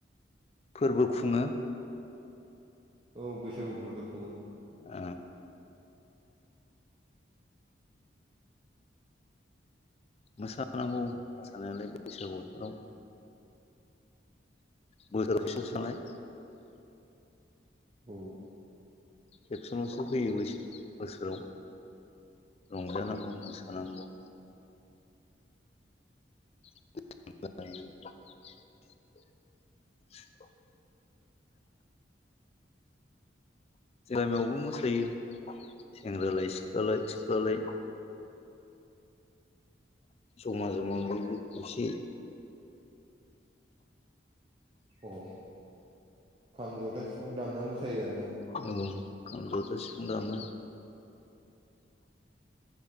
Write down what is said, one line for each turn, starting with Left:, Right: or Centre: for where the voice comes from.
Left: फोर्बो खुङो
Right: औ बैसागु फोर्बो खुङो
Left: ओ मोसानांगौ मोसानायालाय बैसागु बोथोराव बोसोराव फिसाव सानाय
Right: औ
Left: खेबसेल'सो फैयो बोसोराव रंजानांगौ मोसानांगौ <unintelligible> <unintelligible> गामियावबो मोसायो सेंग्रालाय सिख्लालाय सिख्लालाय जमा जमा बयबो खौसे
Right: अ खाम जथा सिफुं दामना मोसायो आरोना
Left: नंगौ खाम जथा सिफुं दामो